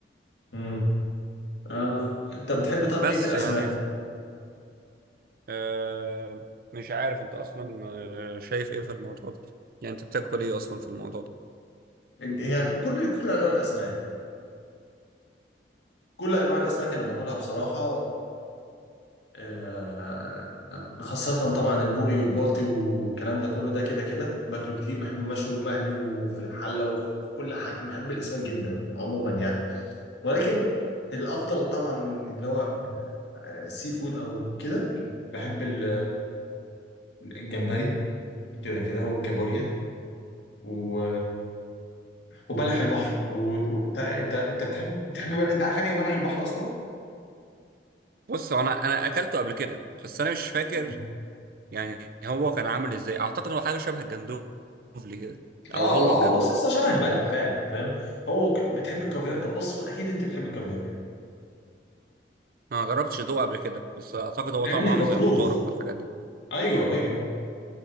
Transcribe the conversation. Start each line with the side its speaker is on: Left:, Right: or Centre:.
Left: امم اه انت بتحب طب
Right: بس
Left: ايه في الاسماك
Right: يعني ف... آه... مش عارف انت اصلا آه، شايف ايه في الموضوع ده يعني انت بتاكل ايه اصلا في الموضوع ده
Left: يعني كل كل انواع الاسماك كل انواع الاسماك انا باكلها بصراحة آه، آه، خاصة طبعا البوري والبولتي والكلام ده كله ده كده كده باكله كتير بحبه مشوي ومقلي وفي الحلة وفي كل حاجة أنا بحب الاسماك جدا عموما يعني ولكن الافضل طبعا من اللي هو سي فود او كده بحب ال- الجمبري كده كده والكابوريا و وبلح البحر وانت انت انت بتحب بتحب بلح... انت عارف يعني ايه بلح البحر اصلا؟
Right: بص هو انا انا اكلته قبل كده بس انا مش فاكر
Left: مم.
Right: يعني هو كان عامل ازاي اعتقد هو حاجه شبه الجندوفلي كده
Left: اه
Right: او هو
Left: هو
Right: الجندوفلي
Left: بص اصلا شبه البلح فعلا فاهم هو ك... بتحب الكافيار طب بص اكيد انت بتحب الكافيار
Right: انا ما جربتش ادوقه قبل كده بس اعتقد هو
Left: يا
Right: طعمه
Left: ابني البطروخ
Right: عامل زي البطارخ والحاجات دي
Left: ايوه ايوه